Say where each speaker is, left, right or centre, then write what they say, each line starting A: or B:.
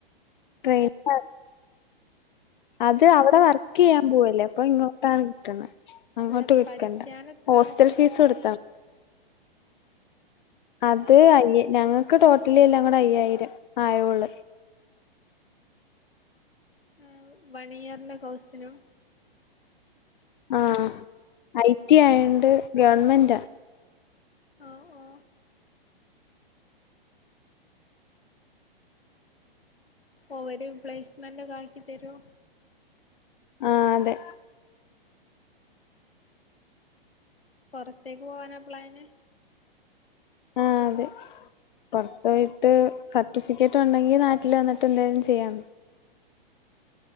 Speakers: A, on the left (about 55°); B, on the left (about 80°).
A: ട്രെയിൻ <unintelligible> അത് അവിടെ വർക്ക് ചെയ്യാൻ പോവല്ലേ അപ്പൊ ഇങ്ങോട്ടാണ് കിട്ടണ അങ്ങോട്ട്
B: അല്ല
A: കൊടുക്കണ്ട
B: പഠിക്കാൻ എത്രാണ്
A: ഹോസ്റ്റൽ ഫീസ് കൊടുത്ത
B: <inaudible>
A: അത് അയ്യ ഞങ്ങക്ക് ടോട്ടലി എല്ലാം കൂടെ അയ്യായിരം ആയുള്ള
B: ആ വണിയറിന്റെ കോസിനും
A: ആ ഐടി ആയണ്ട് ഗവൺമെന്റ്ാ
B: ഓ ഓ ഓവര പ്ലേസ്മെന്റ് ഒക്കെ ആക്കി തരുമോ
A: ആഹ അതെ
B: പുറത്തേക്ക് പോവാനാപ്പ്ളാന്
A: ആഹ അതെ പുൊറത്ത പോയിട്ട് സർട്ടിഫിക്കറ്റ് ഉണ്ടെങ്കി നാട്ടിൽ വന്നിട്ട് എന്തേലും ചെയ്യാം